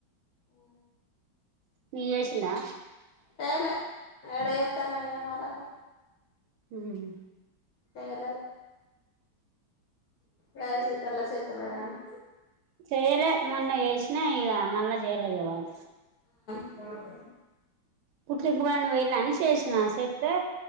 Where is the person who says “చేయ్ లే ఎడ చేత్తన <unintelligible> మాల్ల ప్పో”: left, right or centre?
Left